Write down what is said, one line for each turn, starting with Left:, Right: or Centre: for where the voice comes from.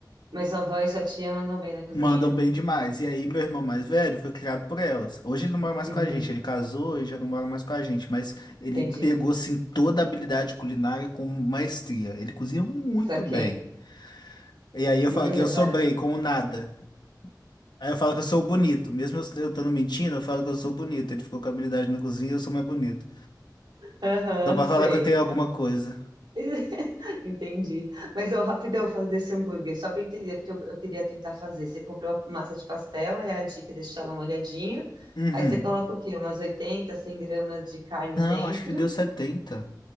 Right: mas sua avó e sua tia mandam bem na cozinha.
Left: Mandam bem demais. E aí, meu irmão mais velho foi criado por elas. Hoje ele não mora mais
Right: Uhum.
Left: com a gente, ele casou e já não mora mais com a gente, mas ele
Right: Entendi.
Left: pegou assim toda a habilidade culinária com maestria. Ele cozinha muito
Right: Saquei.
Left: bem. E aí eu
Right: Hum,
Left: falo que
Right: da
Left: eu sobrei
Right: hora.
Left: com o nada. Aí eu falo que eu sou bonito. Mesmo eu eu estando mentindo, eu falo que eu sou bonito. Ele ficou com habilidade na cozinha, eu sou mais bonito.
Right: Aham,
Left: Só pra
Right: sei.
Left: falar que eu tenho alguma coisa.
Right: <laughs> Entendi. Mas eu rapidão falando desse hambúrguer, só para entender, porque eu, eu queria tentar fazer. Você comprou a massa de pastel, é a dica, deixa ela molhadinha.
Left: Uhum.
Right: Aí você coloca o quê? Umas oitenta, cem gramas de carne
Left: Não,
Right: dentro.
Left: acho que deu setenta